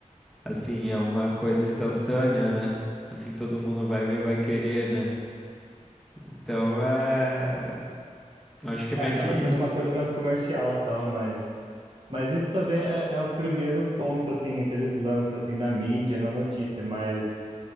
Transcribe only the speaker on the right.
É,
acaba
sendo uma
coisa mais comercial, tal, mas Mas isso também é, é o primeiro ponto, assim, né, que eles lançam, assim, na mídia, na notícia, mas,